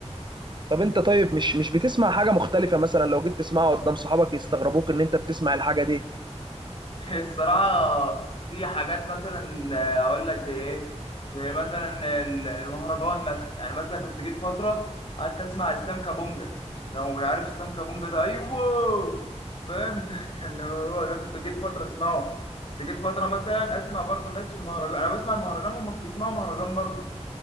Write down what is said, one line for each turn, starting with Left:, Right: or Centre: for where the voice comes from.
Right: طب انت طيب مش مش بتسمع حاجه مختلفه مثلا لو جيت تسمعها قدام صحابك يستغربوك ان انت بتسمع الحاجه دي
Left: الصراحة في حاجات مثلا آه، أقول لك زي إيه؟ زي مثلا ال- المهرجان مثلا يعني مثلا كنت جيت فترة قعدت أسمع إسلام كابونجا لو مش عارف إسلام كابونجا ده أيوه فاهم ده كان هو ده كنت جيت فترة أسمعه كنت جيت فترة مثلا أسمع برضو ناس في المهرجان أنا بسمع المهرجان وهم بيسمعوا مهرجان برضو